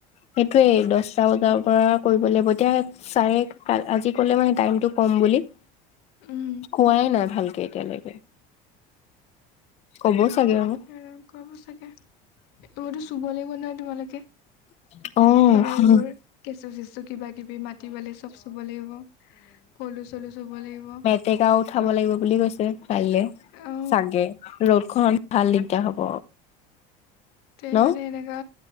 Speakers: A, on the left (about 35°); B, on the left (about 60°).
A: সেইটোৱে দছটা বজাৰ পৰা কৰিব লাগিব এতিয়া চাৰে ক আজি কলে মানে টাইমটো কম বুলি।
B: উম।
A: কোৱাই নাই ভালকে এতিয়ালৈকে। ক'ব চাগে আও।
B: উম কব চাগে? এইবোৰতো চুব লাগিব নহয় তোমালোকে।
A: অঁ।
B: মানে এইবোৰ কেঁচু চেচু কিবা কিবি মাটি, বালি চব চুব লাগিব, পলু চলু চুব লাগিব।
A: টেকাও উঠাব লাগিব বুলি কৈছে পাৰিলে।
B: অ
A: চাগে ৰ'দখনত ভাল দিগদাৰ হ'ব।
B: তে
A: ন
B: মানে এনেকা